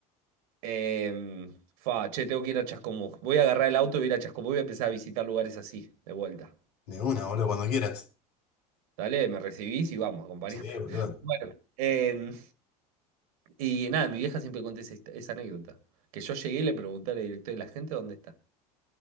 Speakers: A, on the right; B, on the left.
A: Eh, fa, che, tengo que ir a Chascomús. Voy a agarrar el auto y voy a ir a Chascomús voy a empezar a visitar lugares así, de vuelta.
B: de una, boludo, cuando quieras.
A: Dale, me recibís y vamos, acompañame.
B: Sí,
A: <laughs>
B: boludo,
A: Bueno, eh, y nada, mi vieja siempre cuenta esa, hist- esa anécdota. Que yo llegué y le pregunté al director de la gente dónde está.